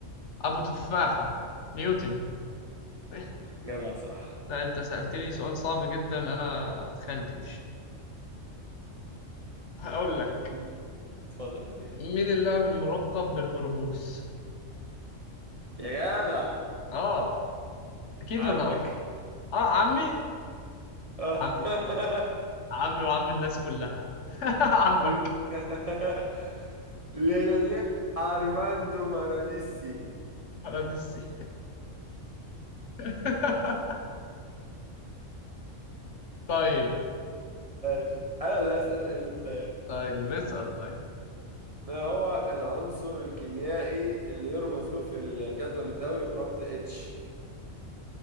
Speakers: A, on the left (about 65°); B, on the right (about 30°).
A: أبو تفاحة نيوتن <laughs>
B: جدع صح
A: لا أنت سألتني سؤال صعب جدا أنا متخيلتوش هقول لك
B: طب اتفضل يا بيه
A: مين اللاعب الملقب بالبرغوث
B: يا جدع
A: آه أكيد
B: عمك
A: ما تعرفه آه عمي
B: آه.
A: عمي طبعا
B: <laughs>
A: عمي وعم الناس كلها <laughs> عمك
B: مش- <laughs> ليونيل ارماندو ماراديسي
A: بلد السي <laughs> طيب
B: ماشي انا اللي اسال ايه اللي طيب
A: طيب اسأل طيب
B: ما هو العنصر الكيميائي اللي يرمز له في الجدول الدوري برمز اتش